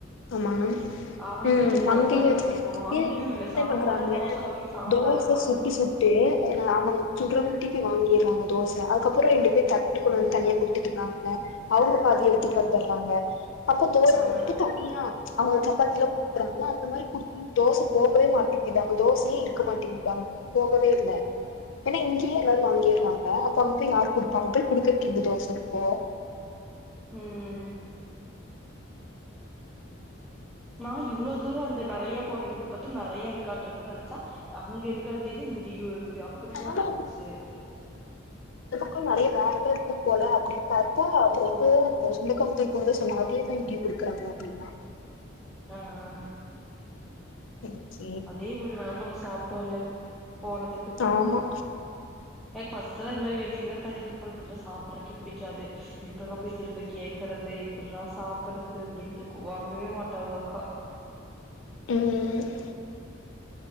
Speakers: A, on the left; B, in the centre.
A: ஆமா
B: அவங்க
A: ம்
B: கிட்ட சாம்பார்
A: அங்கேயே
B: இருந்திருக்கணு
A: வச்சு
B: அங்கயு
A: ஏ இன்னு
B: இல்ல
A: என்டைம்
B: சாம்பார்
A: பண்றாங்க
B: தோச வாங்கிட்டு சாம்பார
A: தோச
B: காணோ
A: சுட்டு சுட் டு என்ன அவுங்க சுடரவு திருப்பி வாங்கிறாங்க தோச அதுக்கப்புறோ ரெண்டு பேர் தட்டு கொண்டு வந்து தனியா குடு த்துட்டுறாங்க அவுங்க பாதி எடுத்துட்டு வந்துட்றாங்க அப்போ தோ
B: அ
A: தனியா அவுங்க சப்பாத்திலா க்குறாங்கல அந்த மாரி குடுத் தோச போகவே மாட்டங்கிது அங்க தோசையு இருக்க மாட்டேங்கிதுதாங் போகவே இல்ல ஏன்னா இங்கேயே எல்லாரு வாங்கிற்றாங்க அப்ப அங்க போய் யார் குடுப்பா அங்க போய் குடுக்கறதுக் எப்டிதோச இருக்கோ
B: ம் நா இவ்ளோ தூரோ அந்த நறைய போட்டிருந்தது பாத்து நறைய இருக்காட்டு இருக்குன்னு நனைச்சா அங்க இருக்க தீதி இங்கேயு இருக்கு அப்டிதா
A: நானு
B: இருந்துச்சி
A: கும் நறைய வேறெல்லா இருக்கும் போல அப்டின்னு பார்த்தா அப்பற வந்து அந்த சுண்டக்கா <unintelligible> சொன்ன அப்டியே தா இங்கயு குடுக்குறாங்க அப்டின்னா
B: அ அ
A: இஞ்ச்சு
B: அதே விடு வேணாலு நம்ம சாப்ட்டோல்ல போனதுக்கு
A: ஆமா
B: எ ஃபிர்ஸ்ட் இந்த வெளியில எங்காது கல்யாணத்துக்கு போற பட்ல்லா சாப்புறக்கே புடிக்காது எப்புரா போய் திரும்ப கேக்றது எப்புட்ராா சாப்புட்றது அப்டின்ருக்கு வாங்கவே மாட்டா உங்அக்கா
A: ம்